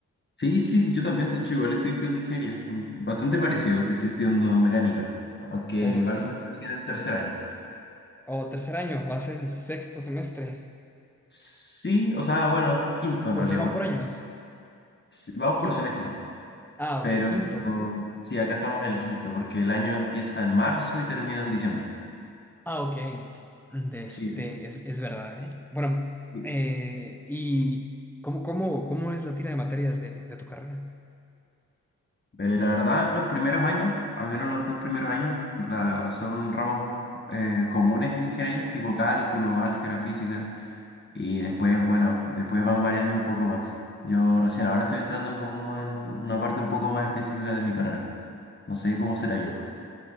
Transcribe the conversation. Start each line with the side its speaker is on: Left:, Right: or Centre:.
Left: Sí, sí, yo también, de hecho, igual estoy estudiando ingeniería, mm, bastante parecido porque estoy estudiando mecánica, aunque
Centre: Oh,
Left: igual
Centre: sí.
Left: voy recién en tercer año.
Centre: Oh, tercer año, vas en sexto semestre.
Left: Sí, o sea, bueno, quinto en
Centre: ¿Ustedes
Left: realidad,
Centre: van
Left: porque
Centre: por años?
Left: s- vamos
Centre: Qui-
Left: por semestre,
Centre: ah,
Left: pero
Centre: ok, quinto.
Left: sí, acá estamos en el quinto, porque el año empieza en marzo y termina en diciembre.
Centre: Ah, ok. De este,
Left: Sí,
Centre: es, es verdad, ¿eh? Bueno,
Left: y,
Centre: eh, ¿y cómo, cómo, cómo es la tira de materias de, de tu carrera?
Left: eh, la verdad, los primeros años, al menos los dos primeros años, la- son ramos eh, comunes en ingeniería, tipo cálculo, álgebra, física. Y después, bueno, después van variando un poco más. Yo recién ahora estoy entrando como en una parte un poco más específica de mi carrera. No sé cómo será ya.